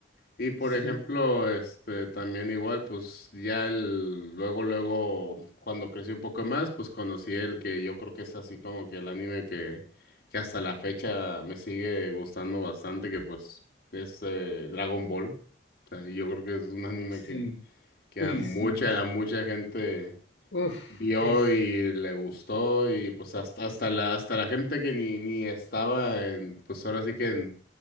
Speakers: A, on the left; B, on the left.
A: Y por
B: Sí,
A: ejemplo, este también igual, pues ya el, luego, luego, cuando crecí un poco más, pues conocí el que yo creo que es así como que el anime que, que hasta la fecha me sigue gustando bastante, que pues es eh, Dragon Ball. O sea, yo creo que es un anime
B: sí.
A: que, que
B: Uy,
A: a mucha,
B: sí.
A: a mucha gente
B: Uf,
A: vio
B: es,
A: y le gustó, y pues hasta, hasta la, hasta la gente que ni, ni estaba en, pues ahora sí que en